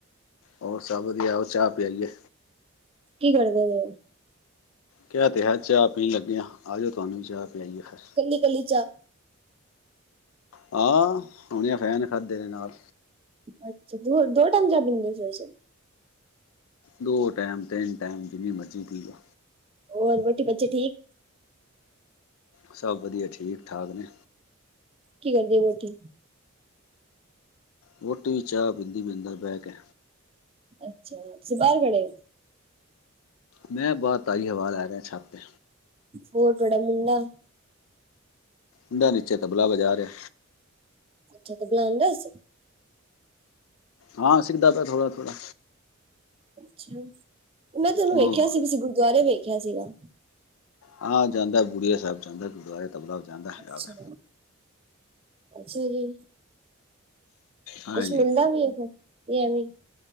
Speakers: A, on the left; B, on the right.
A: ਹੋਰ ਸਭ ਵਧੀਆ। ਉਹ ਚਾਹ ਪਿਆਈਏ।
B: ਕੀ ਕਰਦੇ ਪੇੳ।
A: ਕਿਆ ਤੇ ਹਾ ਚਾਹ ਪੀਣ ਲੱਗੇਆ ਆ ਜਾਓ ਤੁਹਾਨੂੰ ਵੀ ਚਾਹ ਪਿਆਈ। ਆ ਫਿਰ
B: ਕੱਲੀ- ਕੱਲੀ ਚਾਹ।
A: ਹਾਂ। ਹਣੀਆਂ ਫੈਨ ਖਾਧੇ ਨੇ ਨਾਲ
B: ਅੱਛਾ ਦੋ, ਦੋ ਟਾਈਮ ਚਾਹ ਪੀੰਦੇ ਸਵੇਰੇ- ਸਵੇਰੇ।
A: ਦੋ ਟਾਈਮ, ਤਿੰਨ ਟਾਈਮ ਜਿੰਨੀ ਮਰਜ਼ੀ ਪੀ ਜਾਉ।
B: ਹੋਰ ਰੋਟੀ ਬੱਚੇ ਠੀਕ।
A: ਸਭ ਵਧੀਆ। ਠੀਕ- ਠਾਕ ਨੇ।
B: ਕੀ ਕਰਦੀ ਹੈ ਵੋਟੀ।
A: ਵੋਟੀ ਵੀ ਚਾਹ ਪੀਂਦੀ ਪੀਂਦਾ ਬੈਹ ਕੇ।
B: ਅੱਛਾ ਤੁਸੀਂ ਬਾਰ ਖੜੇ ਓ।
A: ਮੈਂ ਬਾਰ ਤਾਜ਼ੀ ਹਵਾ ਲੈ ਰਿਆ ਛੱਤ ਤੇ
B: ਹੋਰ ਤੁਆਡਾ ਮੁੰਡਾ?
A: ਮੁੰਡਾ ਨੀਚੇ ਤਬਲਾ ਵਜਾ ਰਿਆ।
B: ਅੱਛਾ, ਤਬਲਾ ਆਂਦਾ ਅਸ।
A: ਹਾਂ ਸਿੱਖਦਾ ਪਿਆ ਥੋੜਾ- ਥੋੜਾ।
B: ਅੱਛਾ। ਮੈਂ ਤੁਹਾਨੂੰ ਵੇਖਿਆ
A: ਉਹ
B: ਸੀ ਕਿਸ ਗੁਰਦੁਆਰੇ ਵੇਖਿਆ ਸੀਗਾ।
A: ਹਾਂ। ਜਾਂਦਾ ਬੁੜੀਆ ਸਾਹਿਬ ਜਾਂਦਾ ਗੁਰਦੁਆਰੇ। ਤਬਲਾ ਵਜਾਉਂਦਾ ਹੈਗਾ
B: ਅੱਛਾ।
A: ਵਾ।
B: ਅੱਛਾ ਜੀ।
A: ਹਾਂਜੀ
B: ਕੁਛ ਮਿਲਦਾ ਵੀ ਫਿਰ ਐਵੇਂ।